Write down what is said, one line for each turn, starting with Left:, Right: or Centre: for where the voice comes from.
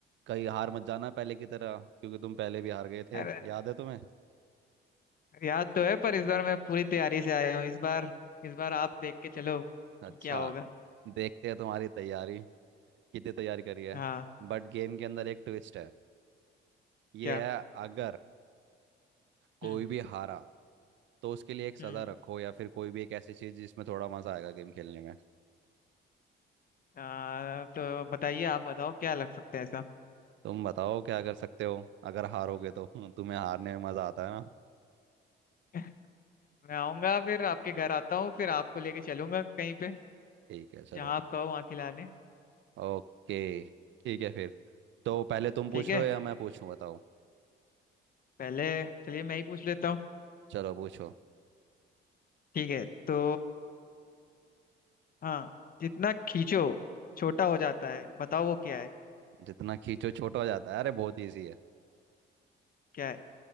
Right: कहीं हार मत जाना पहले की तरह क्योंकि तुम पहले भी हार गए थे
Left: अरे
Right: याद है तुम्हें
Left: याद तो है पर इस बार मैं पूरी तैयारी से आया हूँ इस बार इस बार आप देख के चलो
Right: अच्छा
Left: कि क्या होगा
Right: देखते हैं तुम्हारी तैयारी कितनी तैयारी करी है
Left: हाँ
Right: बट गेम के अंदर एक ट्विस्ट है ये
Left: क्या
Right: है अगर कोई
Left: हम्म
Right: भी हारा तो उसके लिए एक सजा
Left: हम्म
Right: रखो या फिर कोई भी एक ऐसी चीज जिसमें थोड़ा मजा आएगा गेम खेलने में
Left: आ, तो बताइए आप बताओ क्या लग सकता है ऐसा
Right: तुम बताओ क्या कर सकते हो अगर हारोगे तो <laughs> तुम्हें हारने में मजा आता है ना
Left: <laughs> मैं आऊंगा फिर आपके घर आता हूँ फिर आपको लेके चलूंगा कहीं पे
Right: ठीक है चलो
Left: जहाँ आप कहो वहाँ खिलाने
Right: ओके ठीक है फिर तो पहले तुम पूछ
Left: ठीक है
Right: रहे हो या मैं पूछूं बताओ
Left: पहले चलिए मैं ही पूछ लेता हूँ
Right: चलो पूछो
Left: ठीक है तो हाँ जितना खींचो छोटा हो जाता है बताओ वो क्या है
Right: जितना खींचो छोटा हो जाता है अरे बहुत इजी है
Left: क्या है